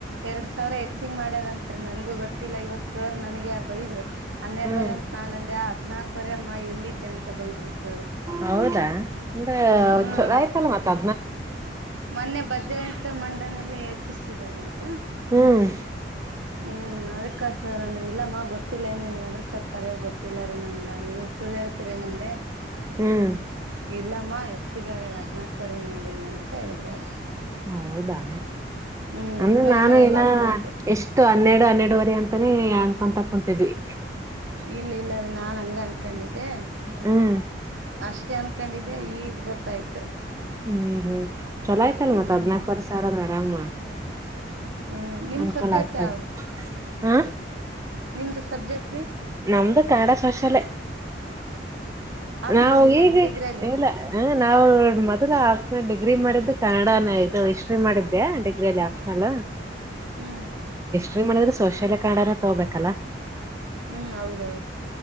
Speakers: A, on the right; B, on the right.
A: ಎರಡ್ ಸಾವಿರ ಹೆಚ್ಚಗ್ ಮಾಡ್ಯಾರತ್ರಿ ನನ್ಗೂ ಗೊತ್ತಿಲ್ಲ ಇವತ್ ಸಾವಿರ ನನ್ಗೆ ಬೈದ್ರು ಹನ್ನೆರಡುವರೆ
B: ಹ್ಮ್
A: ಅಂತ ನಾನ್ ಅಂದೆ ಆ ಹದ್ನಾಕವರೆ ಅಮ್ಮ ಎಲ್ಲಿದ್ದೆ ಅಂತ ಬೈದ್ರು ಸರ್
B: ಹೌದಾ ಅಂದ್ರ
A: ಹ್ಮ್
B: ರಯ್ತಲ್ಲ ಮಾತಾ
A: ಮೊನ್ನೆ ಬಜ್ರಂತ ಮಂಡನಲ್ಲ ಯಚಿಸಿದಾರಂತೆ
B: ಹ್ಮ್
A: ಹ್ಮ್ ಅದ್ಕ್ಕ ಸರ್ ಅಂದ್ರೆ ಇಲ್ಲ ಮಾ ಗೊತ್ತಿಲ್ಲ ನ್ ನಿನ್ಗಂದ್ರೆ ಸರ್ ಕರ ಗೊತ್ತಿಲ್ಲ ಇಲ್ಲ ರೀ ನನ್ಗ ನೀ ಸುಳ್ಳು ಹೇಳ್ತೀರಿ ನಂದೆ
B: ಹ್ಮ್
A: ಇಲ್ಲಮ್ಮ ಹೆಚ್ಚಿಗಗ್ ಹದ್ನಾಕುವರೆ ನೋಡಿ ಈಗ ಅಂತ ಹೇಳಿದ್ರು ಅವ್ರು
B: ಹೌದಾ
A: ಹ್ಮ್
B: ಅಂದ್ರೆ
A: ಪ್ರೈಮರಿ
B: ನಾನು
A: ಎಲ್ಲ
B: ಇನ್ನ
A: ಹದ್ನಾಲ್ಕು
B: ಎಷ್ಟು ಹನ್ನೆರಡು ಹನ್ನೆಡವರೆ ಅಂತಾನೇ ಅನ್ಕೊಂತಾ ಕುತಿದ್ವಿ
A: ಇಲ್ಲ ಇಲ್ಲಾರೀ ನಾ ಹಂಗ ಅನ್ಕೊಂಡಿದ್ದೆ
B: ಹ್ಮ್
A: ಅಷ್ಟೇ ಅನ್ಕೊಂಡಿದ್ದೆ ಈಗ್ ಗೊತ್ತಾಯ್ತು
B: ಹ್ಮ್ ಹ್ಮ್ ಚಲೋ ಆಯ್ತಲ್
A: ಹ್ಮ್
B: ಮತ್ತ ಅದ್ನಾಕವರೆ ಸಾರ ಆರಾಮ
A: ಹ್ಮ ನಿಮ್
B: ಅನ್ಕೂಲ
A: ಸಬ್ಜೆಕ್ಟ್
B: ಆಗ್ತದ
A: ಯಾವ್ರಿ
B: ಹ
A: ನಿಮ್ದು ಸಬ್ಜೆಕ್ಟ್ ರೀ
B: ನಮ್ದು ಕಡ ಕಶಾಲ
A: ಆಪ್ನಲ್ಲಿ
B: ನಾವು
A: ಇಲ್ಲ
B: ಈಗ
A: ಡಿಗ್ರಿ ಅಲ್ಲಿ
B: ಇಲ್ಲ ನಾವು ಮೊದಲ ಆಫ ಡಿಗ್ರಿ ಮಾಡಿದ್ದ ಕ ಇದು ಹಿಸ್ಟ್ರಿ ಮಾಡಿದ್ದೆ ಡಿಗ್ರಿಲ್ಲಿ ಆಪ್ನಲ್
A: ಹ್ಮ್
B: ್ರೀ ಮಾಡಿದ್ರೆ ಸೋಶಲ್ಯ ಕಾರ ತಗೋಬೇಕಲ್ಲಾ
A: ಹ್ಮ್ ಹೌದೌದು